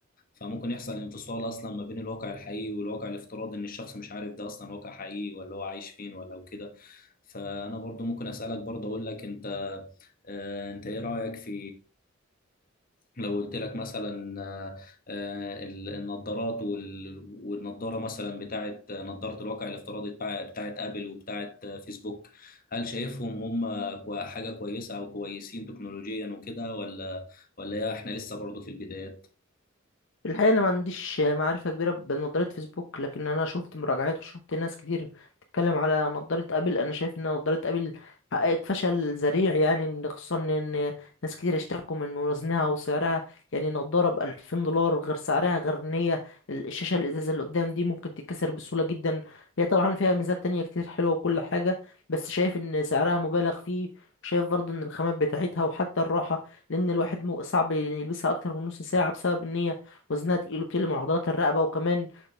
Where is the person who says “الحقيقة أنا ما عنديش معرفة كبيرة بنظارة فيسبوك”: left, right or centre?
Left